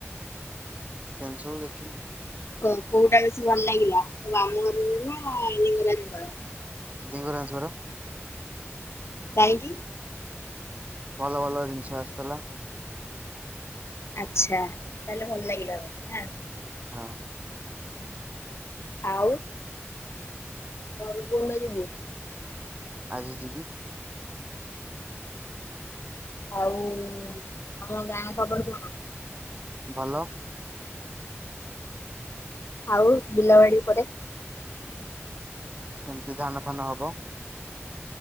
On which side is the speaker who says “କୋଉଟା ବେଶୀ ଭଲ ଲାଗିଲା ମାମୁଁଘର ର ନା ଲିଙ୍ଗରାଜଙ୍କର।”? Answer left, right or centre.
Left